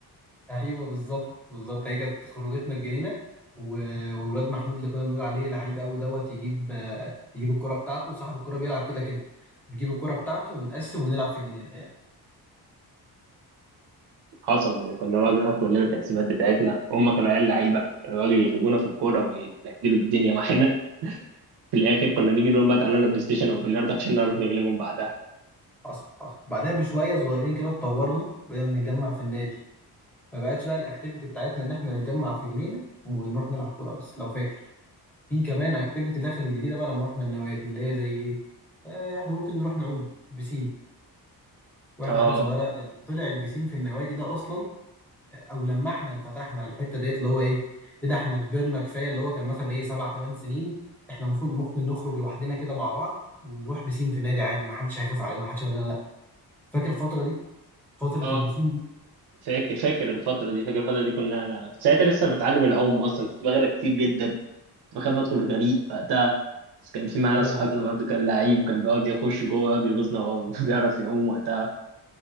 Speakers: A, in the centre; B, on the right (about 75°).
A: ايوه بالظبط بالظبط هي كانت خروجتنا الجنينه و- وولاد محمود اللي كنا بنقول عليه لعيب قوي دوت يجيب آه، يجيب الكره بتاعته وصاحب الكره بيلعب كده كده نجيب الكره بتاعته ونقسم ونلعب في الجنينه يعني
B: حصل وكنا نقعد نلعب كلنا التقسيمات بتاعتنا وهم كانوا عيال لعيبه يقعدوا يرتبونا في الكوره ويبهدلوا الدنيا معانا في الاخر كنا نيجي نقول بقى تعالى لنا بلاي ستيشن او بلياردو عشان نعرف نغلبهم بعدها
A: حصل حصل بعدها بشويه صغيرين كده اتطورنا بقينا نتجمع في النادي ما بقتش بقى الاكتيفيتي بتاعتنا ان احنا نتجمع في جنينه ونروح نلعب كوره بس لو فاكر في كمان اكتيفيتي داخل الجديده بقى لما رحنا النوادي اللي هي زي ايه آه، احنا ممكن نروح نعوم بسين واحنا
B: اه
A: عيال صغيره لما طلع البسين في النوادي ده اصلا او لما احنا انفتحنا على الحته ديت اللي هو ايه ايه ده احنا كبرنا كفايه اللي هو كان مثلا ايه سبع ثمان سنين احنا المفروض ممكن نخرج لوحدنا كده مع بعض ونروح بسين في نادي عادي ما حدش هيخاف علينا ما حدش هيقول لنا لا فاكر الفتره دي فتره
B: اه
A: البسين دي
B: فاكر فاكر الفترة دي فاكر الفترة دي كنا ساعتها لسه بتعلم العوم اصلا كنت بغرق كتير جدا كنت بخاف ادخل الغريق وقتها بس كان في معانا
A: ايوه
B: صحابنا
A: أنا فاكر.
B: برضه كان لعيب وكان بيقعد يخش جوه ويقعد يغيظنا وهو <laughs> بيعرف يعوم وقتها